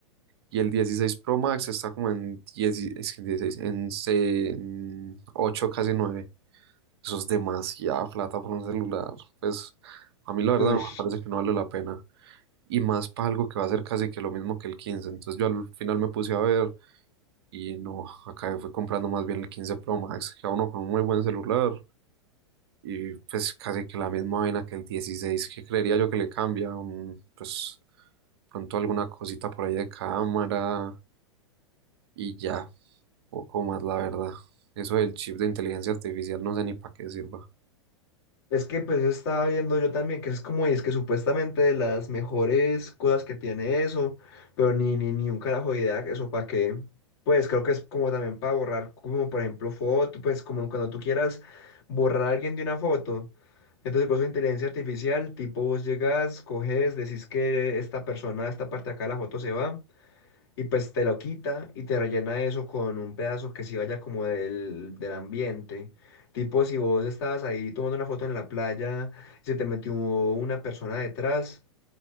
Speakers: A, on the right (about 55°); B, on the left (about 55°).
A: y el 16 Pro Max está como en 10, es que en 16, en, se- en 8, casi 9. Eso es demasiada plata por un celular. Pues a mí la verdad
B: Uy.
A: no me parece que no vale la pena. Y más para algo que va a ser casi que lo mismo que el 15. Entonces yo al final me puse a ver y no, acabé fui comprando más bien el 15 Pro Max, que a uno con un muy buen celular. Y pues casi que la misma vaina que el 16, que creería yo que le cambia. un- pues pronto alguna cosita por ahí de cámara y ya, poco más la verdad. Eso del chip de inteligencia artificial no sé ni para qué sirva.
B: Es que pues estaba viendo yo también que es como, y es que supuestamente de las mejores cosas que tiene eso, pero ni, ni, ni un carajo de idea, eso para qué. Pues creo que es como también para borrar, como por ejemplo foto, pues como cuando tú quieras borrar a alguien de una foto. Entonces con su inteligencia artificial, tipo vos llegas, coges, decís que esta persona, esta parte de acá de la foto se va. Y pues te lo quita y te rellena eso con un pedazo que sí vaya como del, del ambiente. Tipo, si vos estabas ahí tomando una foto en la playa y se te metió una persona detrás,